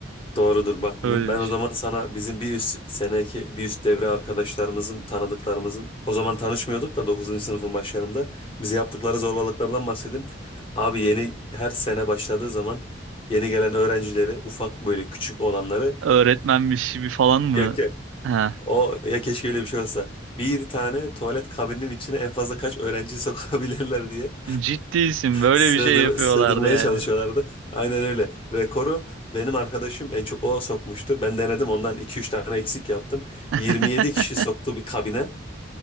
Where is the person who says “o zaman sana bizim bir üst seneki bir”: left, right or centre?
Left